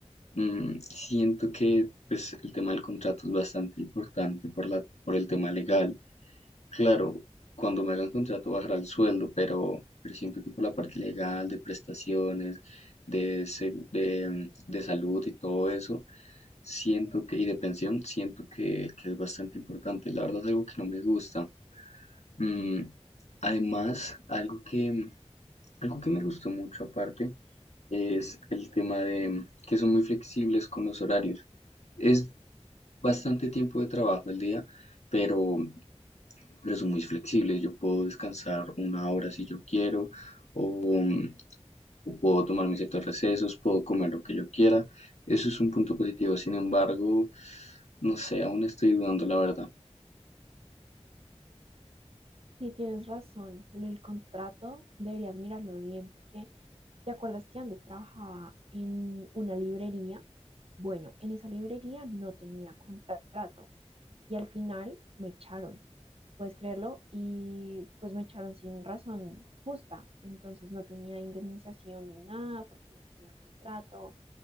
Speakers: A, on the left; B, on the right.
A: Mm, siento que pues, el tema del contrato es bastante importante por la, por el tema legal. Claro, cuando me hagan contrato bajará el sueldo, pero, pero siento que por la parte legal, de prestaciones, de, segu- de, mm, de salud y todo eso, siento que, y de pensión, siento que, que es bastante importante. La verdad es algo que no me gusta. Mm, además, algo que, algo que me gustó mucho aparte es el tema de mm, que son muy flexibles con los horarios. Es bastante tiempo de trabajo al día, pero, pero son muy flexibles. Yo puedo descansar una hora si yo quiero, o, mm, o puedo tomarme ciertos recesos, puedo comer lo que yo quiera. Eso es un punto positivo. Sin embargo, no sé, aún estoy dudando, la verdad.
B: Sí, tienes razón, el contrato deberías mirarlo bien porque ¿Te acuerdas que antes trabajaba en una librería? Bueno, en esa librería no tenía contrato y al final me echaron, puedes creerlo, y pues me echaron sin razón justa, entonces no tenía indemnización ni nada porque no tenía contrato